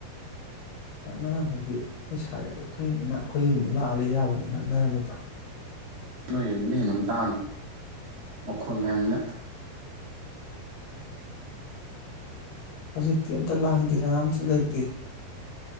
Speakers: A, on the left; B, on the right.
A: ꯅꯛꯅꯔꯝꯃꯗꯤ ꯑꯩꯈꯣꯏ ꯁꯥꯢꯗ ꯑꯩꯈꯣꯏ ꯏꯅꯥꯛ ꯑꯩꯈꯣꯏ ꯌꯨꯝꯗ ꯂꯥꯛꯑꯒ ꯂꯩꯕ ꯌꯥꯕꯅꯤ ꯅꯛꯅꯔꯝꯃꯗꯤ
B: ꯅꯣꯏ ꯌꯨꯝꯅ ꯍꯦꯜꯅ ꯂꯥꯡꯉꯤ ꯃꯈꯣꯟ ꯃꯌꯥꯝꯅ
A: ꯍꯧꯖꯤꯛꯇꯤ ꯑꯝꯇ ꯂꯥꯡꯗꯦ ꯀꯅꯥꯝꯁꯨ ꯂꯩꯇꯦ